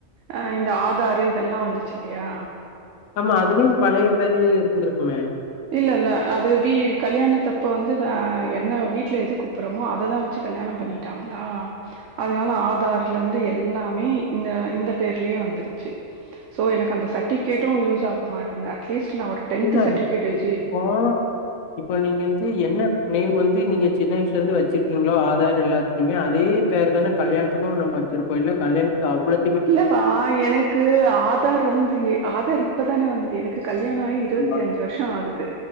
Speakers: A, on the right; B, on the left.
A: அ இந்த ஆதாரு இதெல்லாம் வந்துச்சு இல்லையா
B: ஆமா அதுலயும் பழைய பேரு இருந்திருக்குமே
A: இல்ல இல்ல அது வீ கல்யாணத்தப்ப வந்து அ என்ன வீட்ல எது கூப்புறமோ அததான் வச்சு கல்யாணம் பண்ணிட்டாங்களா அதனால ஆதார்ல இருந்து எல்லாமே இந்த இந்த பேர்லயே வந்துருச்சு சோ எனக்கு அந்த சர்டிபிகேட்டும் யூஸ் ஆக மாட்டேது அட்லீஸ் நான் ஒரு டேன்த்
B: இல்ல
A: சர்டிபிகேட் வச்
B: இப்போ இப்போ நீங்க வந்து என்ன நேம் வந்து நீங்க சின்ன வயசுலேருந்து வச்சிருக்கீங்களோ ஆதார் எல்லாத்துலுமே அதே அதே பேர் தான் கல்யணத்துக்கும் நம் வச்சிருப்போ இல்ல கல்யாணத்துக்கு அவ்ளோ
A: இல்லப்பா எனக்கு ஆதார் வந்து ஆதார் இப்பதானே வந்தது என க்கு கல்யாணம் ஆயி இருவத்தி
B: ஆமா,
A: அஞ்சு வருஷம் ஆகுது